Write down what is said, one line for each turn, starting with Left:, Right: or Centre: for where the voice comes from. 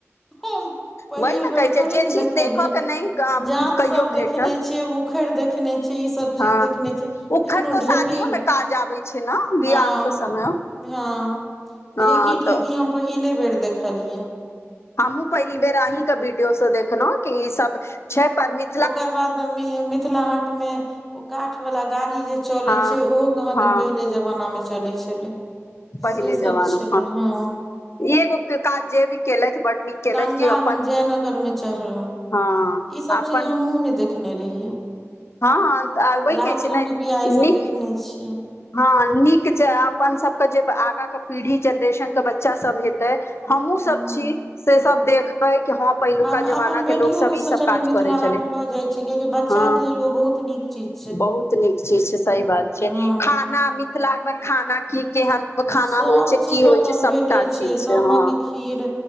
Centre: हम पहिल
Left: वही ने
Centre: बेर
Left: कहै
Centre: थोरे
Left: छै जे
Centre: ने
Left: चीज
Centre: देखली
Left: देखऽ के नहि कहियो
Centre: जात सब देखने
Left: भेटत
Centre: छियै ओ। पोखरि देखने छियै ई सब। चीज
Left: हँ
Centre: देखने छै लेकिन
Left: उखड़ तो
Centre: ओ
Left: शादियो
Centre: ढेकी,
Left: मे काज आबै छै ने बियाह
Centre: हँ
Left: के समय
Centre: हँ। ढेकी,
Left: हँ तऽ
Centre: ढेकी हम पहिले बेर देखलियै।
Left: हमहूँ पहिल बेर अहीॅंकेॅं वीडियो से देखलहुँ की ई सब- छै परमित
Centre: ओकर बाद मे मिथिला हाटमे ओ काठवला गाड़ी जे चलैत
Left: हँ
Centre: छै ओहो कहाँ
Left: हँ
Centre: दिन पहिले जमानामे चलै छलै।
Left: पहिले
Centre: से
Left: जमाना
Centre: सभ छलै, हँ।
Left: एगो के काज जे भी केलथि बड़ नीक केलथि
Centre: तंगा
Left: कि अपन
Centre: हम जयनगरमे चढ़लहुँं।
Left: हँ
Centre: ई सभ
Left: अपन
Centre: चीज हमहूँ नहि देखने रहियै।
Left: हँ हँ, तॅं आ वैह
Centre: लालटेन
Left: कहै छै ने
Centre: डिबिया ई सब
Left: नीक-
Centre: देखने छियै
Left: हँ नीक जे अपन सभके जे आगाँकेॅं पीढ़ी जेनरेशनकेॅं बच्चा सभ हेतै। हमहूँ
Centre: हूँ
Left: सभ छी से सब देखबै। कि हँ पहिलुका
Centre: हम
Left: जमाना
Centre: अपन बेटियोके
Left: के लोक सब ई
Centre: सोचलियै
Left: सब काज
Centre: मिथिला
Left: करै छलै
Centre: हाट लऽ जाइत छी किएकि बच्चाकेॅं
Left: हँ
Centre: लेल ओ बहुत नीक- ची <unintelligible>
Left: बहुत नीक चीज छै, सही बात छै।
Centre: हँ
Left: खाना मिथिलामे खाना की केहन- खाना
Centre: सब
Left: होइ छै,
Centre: चीज
Left: की होइ
Centre: ओतऽ
Left: छै, सभटा
Centre: भेटै
Left: चीज
Centre: सामक
Left: छै। हँ
Centre: खीर,